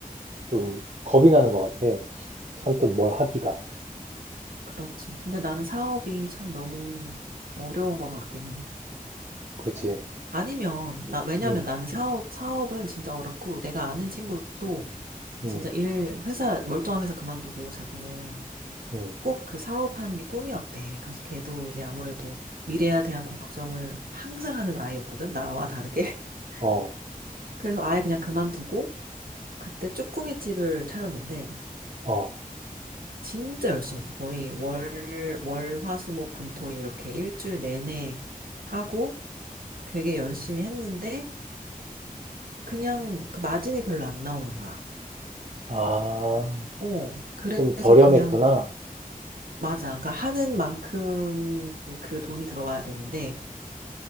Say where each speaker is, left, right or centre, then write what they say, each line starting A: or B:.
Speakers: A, on the right; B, on the right.
A: 좀 겁이 나는 것 같아. 선뜻 뭘 하기가.
B: 그렇지. 근데 나는 사업이 참 너무 어려운 것 같긴 해.
A: 그치?
B: 아니면, 나, 왜냐면
A: 응,
B: 나는 사업, 사업은 진짜 어렵고 내가 아는 친구도
A: 응,
B: 진짜 일, 회사, 멀쩡한 회사 그만두고 자기는
A: 응.
B: 꼭 그 사업하는 게 꿈이었대. 그래서 걔도 이제 아무래도 미래에 대한 걱정을 항상 하는 아이였거든. 나와 다르게. <laughs>
A: 어,
B: 그래서 아예 그냥 그만두고 그때 쭈꾸미집을 차렸는데
A: 어.
B: 진짜 열심히 했어. 거의 월, 월, 화, 수, 목, 금, 토 이렇게 일주일 내내 하고 되게 열심히 했는데 그냥 그 마진이 별로 안 나오는 거야.
A: 아,
B: 어, 그래서
A: 좀 저렴했구나.
B: 그냥 맞아. 그러니까 하는 만큼 그 돈이 들어와야 되는데